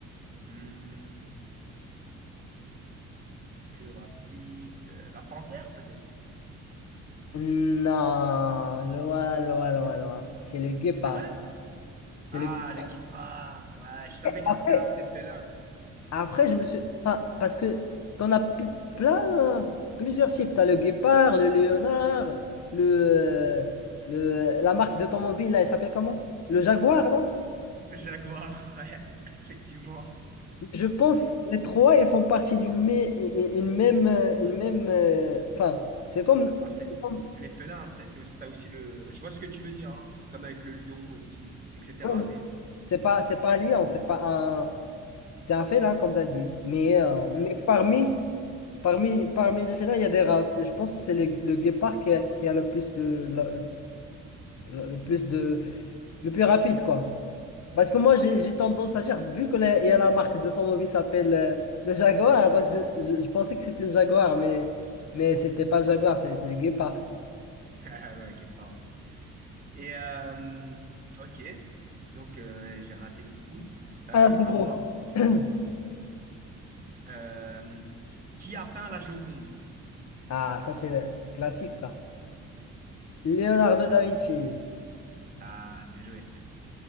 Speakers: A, on the right (about 30°); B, on the left (about 60°).
A: hmm, plus rapide... euh, La panthère, peut-être?
B: Non, loin, loin, loin, loin. C'est le guépard.
A: Sérieux?
B: C'est
A: Ah,
B: le guépard.
A: le guépard. Ouais, je savais que
B: Après,
A: c'était un de ces félins, mais...
B: Après, je me suis. Enfin, parce que t'en as pl- plein, hein, plusieurs types. T'as le guépard, le léonard, le, euh, le, la marque d'automobile, là, elle s'appelle comment? Le Jaguar, non?
A: Le jaguar, <laughs> ouais, effectivement.
B: Je pense que les trois, ils font partie d'une mé- une une même. euh, Une même euh, enfin, c'est comme.
A: Ah, c'est
B: C'est comme-
A: c'est les félins, c'est c'est aussi, t'as aussi le. Je vois ce que tu veux dire, hein. C'est comme avec le lion, et que sous- etc.
B: ouais,
A: Mais.
B: c'est pas, c'est pas un lion, c'est pas un. C'est un félin, comme t'as dit. Mais, euh,
A: Hmm.
B: mais
A: <laughs>
B: parmi, Parmi, parmi les félins, il y a des races. Et je pense que c'est le, le guépard qui a, qui a le plus de, la- la- le plus de, le plus rapide, quoi. Parce que moi, j'ai j'ai tendance à dire, vu que la, il y a la marque d'automobile s'appelle euh, le Jaguar, donc je, je- je pensais que c'était le Jaguar, mais, mais c'était pas le Jaguar, c'était le guépard.
A: Ah, bah, guépard, ouais. Et, euh, ok. Donc, euh, j'ai raté mon coup. Euh,
B: Ah, c'est
A: à
B: bon.
A: moi.
B: <coughs>
A: Euh, qui a peint la Joconde?
B: Ah, ça, c'est classique, ça. Leonardo da Vinci.
A: Ah, bien joué.